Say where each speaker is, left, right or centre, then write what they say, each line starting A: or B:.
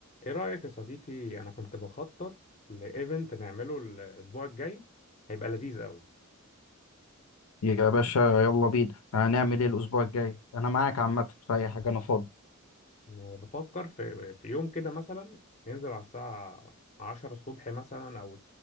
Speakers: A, on the left; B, on the left.
A: ايه رأيك يا صديقي انا كنت بخطط لايفنت نعمله الاسبوع الجاي هيبقى لذيذ قوي
B: يا باشا يلا بينا هنعمل ايه الاسبوع الجاي انا معاك عامه في اي حاجه انا فاضي
A: بفكر في في يوم كده مثلا ننزل على الساعة 10 الصبح مثلا او